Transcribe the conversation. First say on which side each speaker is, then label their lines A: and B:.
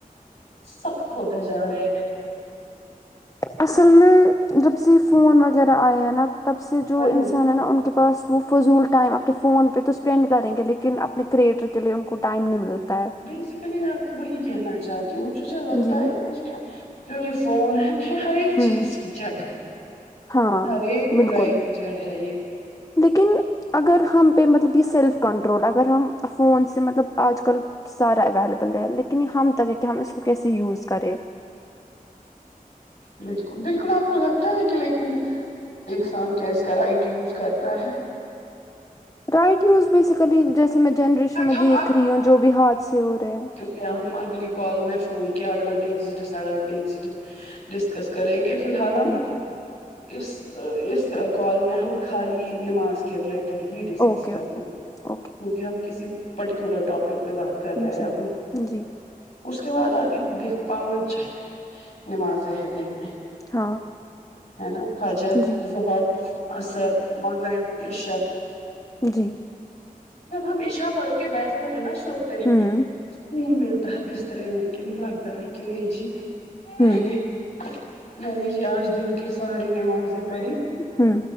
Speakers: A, on the left; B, on the left.
A: سخت ہوتے جا رہے ہیں
B: اصل میں جب سے فون وغیرہ آیا ہے نا تب سے جو
A: وہی
B: انسان ہے نا ان کے پاس وہ فضول ٹائم اپنے فون پہ تو اسپینڈ کریں گے لیکن اپنے کریئٹر کے لیے ان کو ٹائم نہیں ملتا ہے
A: بیسیکلی میں آپ کو وہی کہنا چاہتی ہوں مجھے جو لگتا
B: جی
A: ہے نا جو یہ فون ہے یہ ہر ایک
B: ہوں
A: چیز کی جڈ ہے
B: ہاں
A: ہر ایک
B: بالکل
A: بورائی کی جڑ ہے یہ
B: لیکن اگر ہم پہ مطلب یہ سیلف کنٹرول اگر ہم فون سے مطلب آج کل سارا اویلیبل ہے لیکن یہ ہم تک ہے کہ ہم اس کو کیسے یوز کریں
A: بالکل بالکل آپ کو لگتا ہے کہ لیکن انسان کیس کا رائٹ یوز کرتا ہے
B: رائٹ یوز بیسیکلی جیسے میں جنریشن میں
A: ہم
B: دیکھ رہی ہوں جو بھی ہاد سے ہو رہے ہیں
A: کیا ہم اگلی کال میں فون کیا ایڈوانٹیجز ڈس ایڈوانٹیجز ڈسکس کریں گے فی الحال ہم
B: ٹھیک ہے
A: اس اس کال میں ہم خالی نماز ریلیٹڈ ہی ڈسکس
B: اوکے
A: کر
B: اوکے
A: لے
B: اوکے
A: کیونکہ ہم کسی پرٹیکولر اپک پہ بات کر
B: جی
A: رہے ہیںبھی
B: جی
A: اس کے بعد آتی دیکھو پانچ نمازیں ہیں دن میں
B: ہاں
A: ہے نا فجر
B: جی
A: ضہر عصر مغرب عشا
B: جی
A: جب ہم اشا کر کے بیٹھتے ہیں نا سوتے ہیں
B: ہوں
A: خون ملتا ہے بسترے میں کہ لگتا ہے کہ نہیں جی میں
B: ہوں
A: نے میں نے جی آج دن کی ساری نمازیں پڑھی
B: ہا